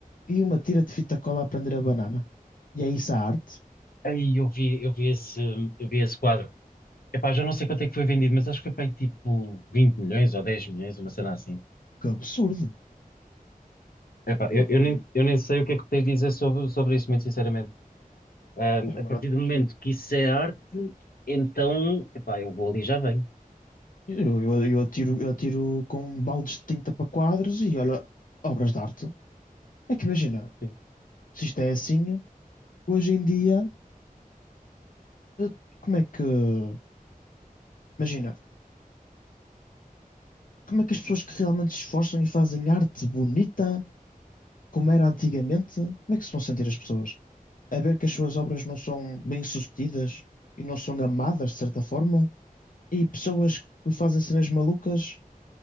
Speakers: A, on the left; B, on the left.
A: e uma tira de fita cola a prender a banana. E é isso a arte?
B: Aí eu vi, eu vi esse, eu vi esse quadro. Epá, já não sei quanto é que foi vendido, mas acho que foi para aí tipo 20 milhões ou 10 milhões, uma cena assim.
A: Que absurdo.
B: Epá, eu,
A: Pá,
B: eu nem,
A: e
B: eu nem sei o que é que tens de dizer sobre, sobre isso, muito sinceramente. Ahm,
A: agora.
B: a partir do momento
A: hum,
B: que isso é arte, então, epá, eu vou ali e já venho.
A: Eu, eu, eu atiro, eu atiro com baldes de tinta para quadros e olha, obras de arte. É que imagina,
B: Sim.
A: se isto é assim, hoje em dia, eh, como é que. Imagina, como é que as pessoas que realmente se esforçam e fazem arte bonita, como era antigamente, como é que se vão sentir as pessoas? A ver que as suas obras não são bem-sucedidas e não são amadas, de certa forma, e pessoas que fazem cenas malucas.